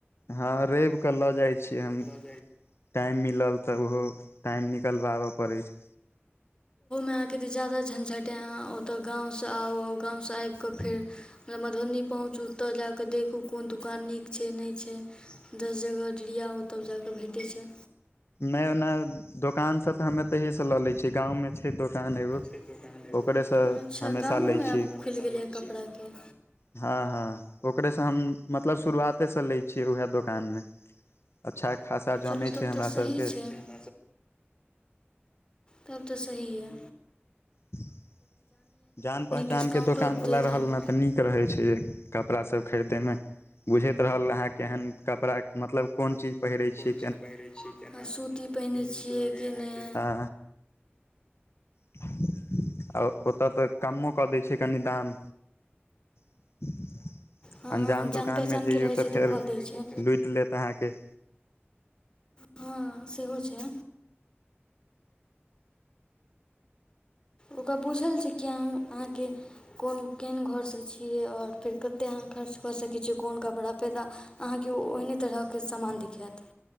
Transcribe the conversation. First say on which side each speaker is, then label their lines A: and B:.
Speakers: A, on the left (about 80°); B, on the left (about 20°).
A: हँ रैव कऽ लऽ जाय छी हम
B: <unintelligible> ओहोमे
A: टाइम मिलल तऽ ओहो टाइम निकलबाबय पड़ै छै
B: अहाँ केँ ज्यादा झँझटै यऽ अहाँ ओतय गाँव सऽ आउ गाँव सऽ आबि कऽ फेर मधुबनी पहुँचू ओ तऽ जा कऽ देखू कोन दुकान नीक छै नहि छै दस जगह डिरियाओ तब जा कऽ भेटै छै
A: नयो नयो दोकान से तऽ हमे ऐतैहिए से लऽ ले छियै गाँव में छै दोकान एगो
B: <unintelligible>
A: ओकरेसँ
B: अच्छ
A: हमेशा
B: गाँव
A: लै
B: में आब
A: छियै
B: खुल गेलियै कपड़ा केँ
A: हँ हँ ओकरे से हम मतलब शुरुआते से ले छियै उएह दोकान मे अच्छा खास तै जानै
B: चलू तब
A: छै हमरा
B: तऽ सही
A: सभके
B: है <inaudible> तब तऽ सही यऽ
A: <unintelligible> जान पहचान
B: डिस्काउंटो
A: केँ दोकानवला
B: दैत हैत
A: रहल न तऽ नीक रहै छै जे कपड़ाभ खरीदैमे बुझैत रहल अहाँ केहन कपड़ा मतलब कोन चीज पहिरै छी
B: <unintelligible> सूती पहिरै छियै कि नहि
A: हँ <unintelligible> आ ओतय तऽ कमो कऽ दै छै कनि दाम <inaudible>
B: हँ
A: अंजान
B: जान
A: दोकानमे
B: पहचानके
A: जइयौ
B: रहै
A: तऽ
B: छै
A: फेर
B: कऽ दै छै
A: लुटि लेत अहाँ केँ
B: हँ सेहो छै ओकरा पूछल छै कि अहाँकेँ कोन केहन घरसँ छी कि और फेर कतेक अहाँ खर्च कऽ सकै छियै कोन कपड़ा पे तऽ अहाँ केँ ओ ओहने तरह केँ समान दिखायत